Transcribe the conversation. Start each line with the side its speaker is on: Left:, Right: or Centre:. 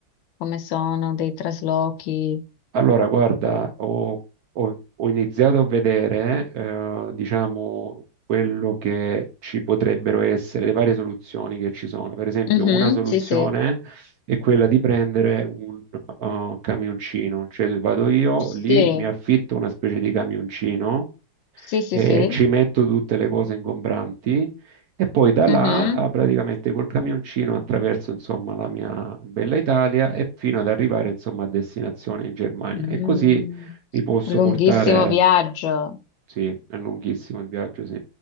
Left: come sono, dei traslochi?
Right: Allora, guarda, ho, ho- ho iniziato a vedere, eh, diciamo, quello che ci potrebbero essere, le varie soluzioni che ci sono. Per esempio,
Left: Mhm,
Right: una soluzione
Left: sì, sì,
Right: è quella di prendere un eh, camioncino, cioè vado io
Left: sì,
Right: lì, mi affitto una specie di camioncino
Left: sì, sì,
Right: eh,
Left: sì.
Right: ci metto tutte le cose ingombranti e poi da
Left: Mhm.
Right: là ah, praticamente col camioncino attraverso insomma la mia bella Italia e fino ad arrivare insomma a destinazione in Germania.
Left: Mm,
Right: E così mi posso
Left: Lunghissimo
Right: portare,
Left: viaggio,
Right: sì, è lunghissimo il viaggio, sì.